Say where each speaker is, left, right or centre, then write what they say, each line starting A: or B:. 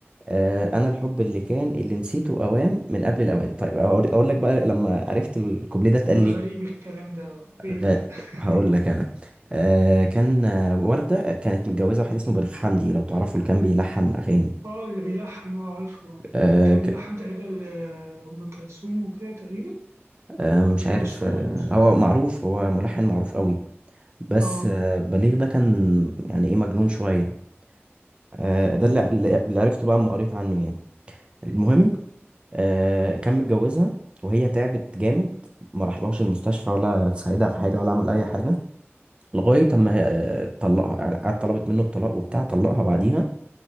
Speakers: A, on the right; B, on the right.
A: آه، أنا الحب اللي كان اللي نسيته أوام من قبل الأوان طيب أقول أقول لك بقى لما عرفت الكوبليه ده اتقال
B: غريب
A: ليه
B: الكلام ده ايه
A: غ-
B: بقى <laughs>
A: هقول لك أنا آه، كان آه، وردة كانت متجوزة واحد اسمه بليغ حمدي لو تعرفوا اللي كان بيلحن أغاني
B: اه اللي بيلحن اه عارفه اه
A: آه
B: وكان
A: ك...
B: بيلحن تقريبا ل- أم كلثوم وكده تقريبا
A: آه مش
B: كان
A: عارف
B: مشهور
A: آه
B: أوي.
A: هو معروف هو ملحن معروف قوي بس
B: اه
A: آه بليغ ده كان يعني ايه مجنون شوية آه ده اللي, اللي عرفته بقى اما قريت عنه يعني المهم آه كان متجوزها وهي تعبت جامد ما راحلهاش المستشفى ولا تساعدها في حاجة ولا عمل أي حاجة لغاية أما هي، آه، طلقها يعني قعدت طلبت منه الطلاق وبتاع طلقها بعديها